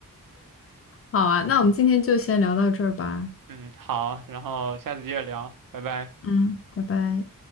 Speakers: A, on the left; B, on the right.
A: 好啊，
B: 对，
A: 那我们今天就先聊到这儿吧。
B: 嗯，好，然后下次接着聊，拜拜。
A: 嗯，拜拜。